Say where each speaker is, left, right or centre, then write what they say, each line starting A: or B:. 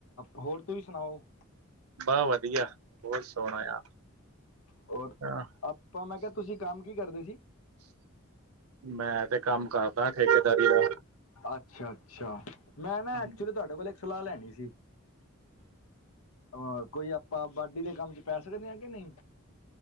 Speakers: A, on the left; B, on the right.
A: ਹੋਰ ਤੁਸੀਂ ਸੁਣਾਓ।
B: ਬਹੁਤ ਵਧੀਆ ਬਹੁਤ ਸੋਹਣਾ ਆ।
A: ਹੋਰ
B: ਹਾਂ,
A: ਆਪਾਂ ਮੈਂ ਕਿਹਾ ਤੁਸੀਂ ਕੰਮ ਕੀ ਕਰਦੇ ਸੀ।
B: ਮੈਂ ਤੇ ਕੰਮ ਕਰਦਾ ਠੇਕੇਦਾਰੀ ਦਾ।
A: ਅੱਛਾ-ਅੱਛਾ ਮੈਂ ਨਾ
B: ਹਮ
A: ਐਕਚੁਲੀ ਤੁਹਾਡੇ ਕੋਲ ਇੱਕ ਸਲਾਹ ਲੈਣੀ ਸੀ। ਹਾਂ ਕੋਈ ਆਪਾਂ ਬਾਢੀ ਦੇ ਕੰਮ ਚ ਪੈ ਸਕਦੇ ਆ ਕਿ ਨਹੀਂ।